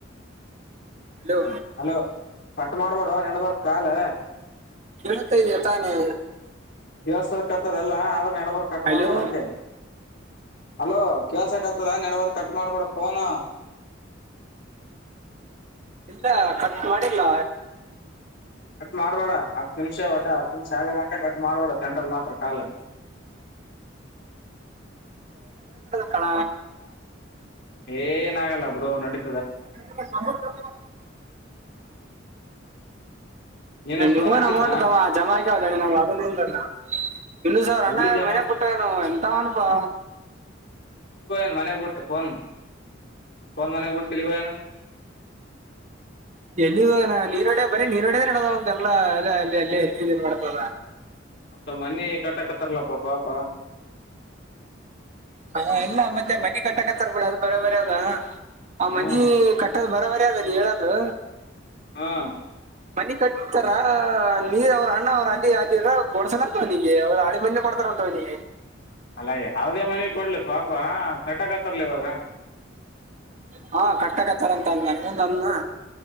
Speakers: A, on the right (about 40°); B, on the left (about 60°).
A: hello.
B: ಅಲೋ ಕಟ್ ಮಾಡ್ಬೋಡ ನಡಬರ್ ಕಲ್.
A: ಇವತ್ತೈದ ತಾನೇ
B: ದವಸದಕ್ಕೆತದದೆಲ್ಲ ಆ ನಡಬರ್ ಕಟ್
A: ಹಲೋ
B: ಮಾಡೋ್ಬಾರಡ ಅಂದೆ ಹಲೋ ಕೆಲ್ಸಕ್ ಆತದ ನೆಡವರ್ ಕಟ್ ಮಾಡ್ಬಿಡ ಫೋನ
A: ಇಲ್ಲ ಕಟ್ ಮಾಡಿ ಇಲ್ಲ
B: ಮಾಡಬೇಡ ಹತ್ತು ನಿಮಿಷ ಒಟ್ಟ ಹತ್ತು ನಿಮಿಷ ಆಗತನಕ ಕಟ್ ಮಾಡಬೇಡ ಸೆಂಟ್ರಲ್ ಮಾತ್ರ ಕಾಲ್
A: ಕಳ
B: ಏನ ಆಾಗಲ್ಲ ಬ್ರೋ ನಡಡಿ
A: <inaudible>
B: ನೀನು
A: ಹೇ ನಿಮ್ಮವನ್
B: ಫೋನ್ ಹಚ್ಚಿದ್ನಾ
A: ಅಮೌಂಟ್ ತಾವು ಜವಾಸ ಹಣೆ ನಾ್ ಅದಲ್ಲ ಇಲ್ಲ ಇನ್ನು ಸಾವ ರಂಡ
B: ಎಲ್ಲಿ ಜಮಾ
A: ಮನೆ ಪುಟ್ಟ ನವು ಎಂತ ಅನುಭವ
B: ಮ ಫನ್ ನ್ ಮ ಬುಟ್ಟ ತಿಲ್ಲಿಗಯನ
A: ಎಲ್ಲಿಗ ಹೋಗ್ಯಾನ ನೀರೋಡ ಬರೀ ನೀರೋಡದೆ ನಡದಂತೆಲ್ಲಾ ಅ ಅಲ್ಲಿ ಅಲ್ಲೇ ಹಚ್ಚಿದ ಏನ್ ಮಾಡ್ತದ
B: ಮತ್ತ ಮನೆ ಕಟ್ಟಾಕತ್ತಾರಲ್ಲಪ್ಪಾ ಪಾಪ.
A: ಹಾ ಎಲ್ಲ ಮತ್ತೆ ಮನೆ ಕಟ್ಟಕತ್ತರ್ ಬಿಡ ಅದು ಬರ ಬರ ಅದ. ಆ
B: ಹ್ಮ್
A: ಮನಿ ಕಟ್ಟದ ಬರೋಬ್ಬರಿಯಾದ ಅ ನೀ ಹೇಳದು
B: ಹಾ
A: ಮನಿ ಕಟ್ಟತಾರ ನೀರ್ ಅವ್ರ ಅಣ್ಣ ಅವ್ರ ಅಲ್ಲಿ ಅಲ್ಲಿರ ಕೋಡ್ಸಲಂತವಿಗೆ ಅವರು ಹಳಿ ಮನೆ ಮಾಡ್ತಾರಂತವ್ಗೆ.
B: ಅಲ್ಲ ಯಾವುದೇ ಮನೆ. ಕೊಡ್ಲಿ ಪಾಪ ಕಟಗತ್ತರ್ಲಿ ಇವಾಗ.
A: ಹಾ ಕಟ್ಟಕಥರ ಅಂತ ಅಂದ ನಾನ ಮುಂದ ಅಂದನಾ